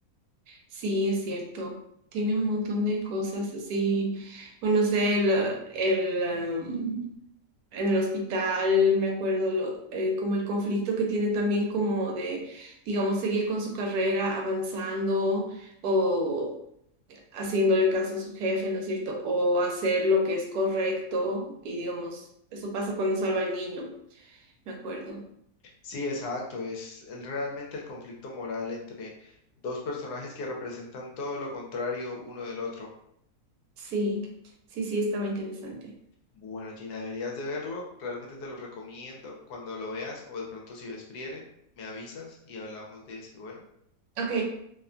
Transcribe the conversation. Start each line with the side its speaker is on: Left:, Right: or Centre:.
Right: Sí, es cierto, tiene un montón de cosas así, bueno, no sé, el, el, um, en el hospital, me acuerdo, lo- eh, como el conflicto que tiene también como de, digamos, seguir con su carrera, avanzando o haciéndole caso a su jefe, ¿no es cierto? O hacer lo que es correcto y digamos, eso pasa cuando salva al niño, me acuerdo.
Left: Sí, exacto. Es el- realmente el conflicto moral entre dos personajes que representan todo lo contrario uno del otro.
Right: Sí, sí, sí, estaba interesante.
Left: Bueno, Gina, deberías de verlo. Realmente te lo recomiendo. Cuando lo veas o de pronto si ves Frieren, me avisas y hablamos de ese. Bueno,
Right: Ok,